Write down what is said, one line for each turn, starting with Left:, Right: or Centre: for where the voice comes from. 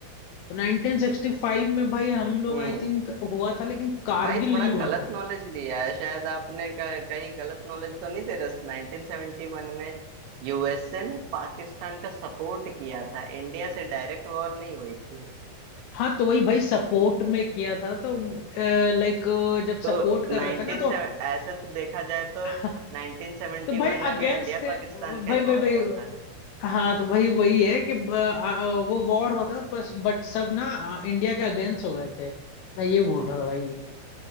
Left: तो 1965 में भाई हम लोग
Right: हम्म
Left: आई थिंक हुआ था लेकिन कारगिल
Right: भाई थोड़ा
Left: नहीं हुआ
Right: गलत
Left: था
Right: नॉलेज लिया है शायद आपने क- कहीं गलत नॉलेज तो नहीं दे रहा 1971 में यूएसए ने पाकिस्तान का सपोर्ट किया था इंडिया से डायरेक्ट वॉर नहीं हुई थी
Left: हाँ तो वही भाई सपोर्ट में किया था तो लाइक जब
Right: तो
Left: सपोर्ट कर
Right: 19
Left: रहे थे ना तो
Right: ऐसे तो देखा जाए तो
Left: <laughs>
Right: 1971
Left: तो भाई
Right: में
Left: अगेंस्ट
Right: भी इंडिया
Left: थे
Right: पाकिस्तान का
Left: भाई
Right: ही वॉर
Left: भाई भाई
Right: हुआ था
Left: हाँ तो वही वही है कि ब- आ, आ, वो वॉर हुआ था बस बट सब ना आ, इंडिया के अगेंस्ट हो गए थे मैं ये बोल रहा था भाई